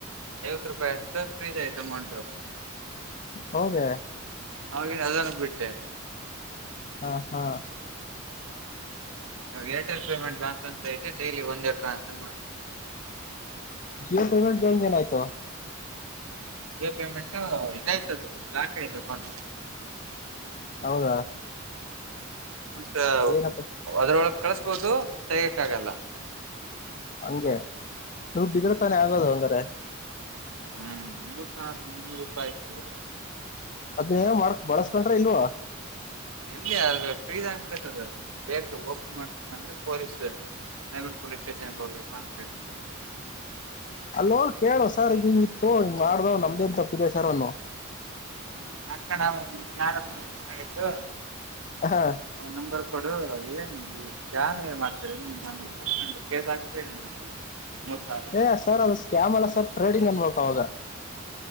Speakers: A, on the right (about 80°); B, on the left (about 40°).
A: ಐವತ್ತು ರೂಪಾಯಿಯತ ಫ್ರೀಜ್ ಐತ ಮಾಡಲ್.
B: ಹೌದೆ
A: ಹಳ ಅದನ್ನು ಬಿಟ್ಟೆ
B: ಹಾ ಹಾ
A: ಇ ಏರ್ಟೆಲ್ ಪೇಮೆಟ್ ಬ್ಯಾಂಕ್ ಅಂತ‌ ಡೈಲಿ ಒಂದೇ ಟ್ರಾನ್ಫರ್ ಮಾಡ್
B: ಜಿಯೋ ಪೇಮೆಂಟದು ಏನಾಯ್ತು
A: ಈ ಪೇಮೆಂಟ್ ಇದ್ ಆಯ್ತ ಅದು ಲಾಕ್ ‌ಅಯ್ತು ಕ
B: ಹೌದಾ
A: ಅಮೌಂಟ್
B: ಏನಪ್ಪ
A: ಅದ್ರೊಳಗೆ ಕಳಸ್ಬೋದು ತೆಗಯಕ್ಕ ಆಗಲ್ಲ.
B: ಹಂಗೆ ದುಡ್ಡಿ ಇದ್ರೆತಾನೆ ಆಗೋದು ಅಂದರೆ
A: ಹ್ಮ ಮೂರ್ <unintelligible> ಮುನ್ನೂರು ರೂಪಾಯಿ ಇಗ್ಬಡ ಹೋದ್ರಲ್ಲಿ
B: ಅದೇ ಏನ ಮಾಡಕ್ ಬಳಸ್ಕೊಂಡ್ರ ಇಲ್ವೌ.
A: ಎಲ್ಲಿ ಅ್ರ ಫ್ರೀದ್ ಆಗ್ಬಿಟ್ಟತ್ ಅದು ಬೇಕು ಓಪನ್ ಮಾಡ್ಂದ್ರೆ ಪೊಲೀಸ್. <unintelligible> ಪೋಲಿಸ್ ಸ್ಟೇಷನ್ ಗೆ ಹೋಗರಪ್ಪ ಅಂತ ಹೇಳತ್ತಿದ್ದೀವಿ.
B: ಹಲೋ ಕೇಳು ಸರ್ ಈ ಹಿಂಗಿಗ್ ಇತ್ತು ಹಿಂಗ್ ಮಾಡ್ದ್ ನಮ್ದೇನ್ ತಪ್ಪಿದೆ ಸರ್ ಅನು.
A: ಹ್ಮ್ ಅಕ್ಕಣ ಯಾರತ್ತೀರ ಮಾಡಿದ್ದು
B: ಹಾ
A: ಅವನ್ ನಂಬರ್ ಕೊಡು ಏನ್ ಕ್ಯಾಮ್ ಏನ್ ಮಾಡ್ತರಿ ನ ಅವನ್ ತಕೊಂಡು ಕೇಸ್ <unintelligible> ಮೂರ್ ಸರ್
B: ಏ ಸರ್ ಅದು ಸ್ಕ್ಯಾಮ್ ಅಲ್ಲ ಸರ್ ಟ್ರೇಡಿಂಗ್ ಅನ್ಬೇಕ್ ಅವಾಗ.